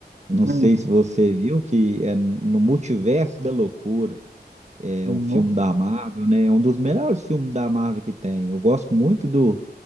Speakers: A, on the right; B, on the right.
A: Não
B: Hum.
A: sei se você viu, que é no Multiverso da Loucura, é
B: hum,
A: um filme
B: Não.
A: da Marvel, né? É um dos melhores filmes da Marvel que tem. Eu gosto muito do.